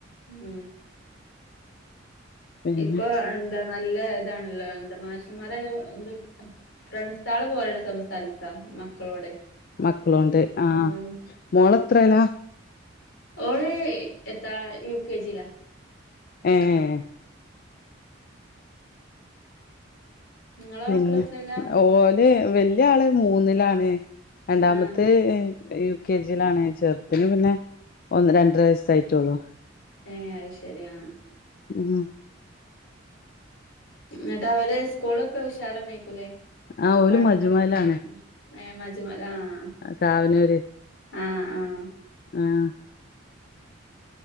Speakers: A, on the left; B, on the left.
A: ഉം
B: പിന്നെ
A: ഇപ്പൊ എന്താ അല്ലേ ഇതാണല്ലോ എന്താ മാഷന്മാരായലും എന്ത് ഫ്രണ്ട്സേളെ പോലേണ് സംസാരിക്ക മക്കളോടെ
B: മക്കളോണ്ട് ആ
A: ഉം
B: മോളെത്രേലാ
A: ഓള് എത്ത യുക്കെ ജില
B: ഏഹ്
A: നിങ്ങളെ
B: പിന്നെ
A: മക്കള് എത്രയിലാ
B: ഓല് വല്യ ആള് മൂന്ന്ലാണ് രണ്ടാമത്തെ
A: ആഹ്
B: യു കെ ജിലാണ് ചെറുത് ന് പിന്നെ ഒന്ന് രണ്ടര വയസ്സായിട്ടൊള്ളു
A: ഏഹ് അത് ശെരി ആഹ്
B: ഉം
A: അ <unintelligible> ത്ത അവര് സ്കൂളൊക്കെ ഉഷാറ തന്നക്കൂലേ
B: ആ ഓല്
A: പഠനൊക്കെ
B: മജുമയിലാണ്
A: ഉ മജുമല ആഹ ഫ
B: കാവനൂര്
A: ആഹ ആഹ
B: ആഏ